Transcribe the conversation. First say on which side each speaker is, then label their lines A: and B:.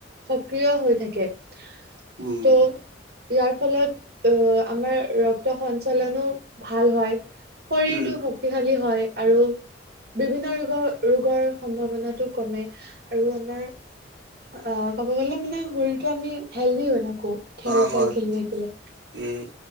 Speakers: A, on the right (about 60°); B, on the right (about 85°).
A: সক্ৰিয় হৈ থাকে ত'
B: উম,
A: ইয়াৰ ফলত অ আমাৰ ৰক্ত সঞ্চালনো ভাল হয় শৰীৰটো
B: উম,
A: শক্তিশালী হয় আৰু বিভিন্ন ৰোগ ৰোগৰ সম্ভাৱনাটো কমে আৰু আমাৰ অঁ ক'ব গ'লে মানে শৰীৰটো আমি হেলডি হৈ থাকো খেল
B: অ হয়
A: চেল খেলি থাকিলে
B: উম